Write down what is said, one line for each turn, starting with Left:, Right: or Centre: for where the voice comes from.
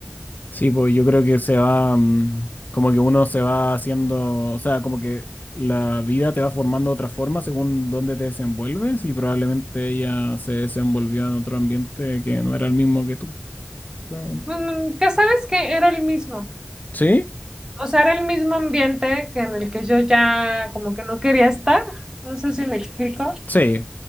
Left: Sí, pues yo creo que se va, mm, como que uno se va haciendo, o sea, como que la vida te va formando de otra forma según dónde te desenvuelves y probablemente ella se desenvolvió en otro ambiente que no era el mismo que tú, claramente.
Right: Pues, mm, ya sabes que era el mismo.
Left: Sí,
Right: O sea, era el mismo ambiente que en el que yo ya como que no quería estar. No sé si me explico.
Left: sí,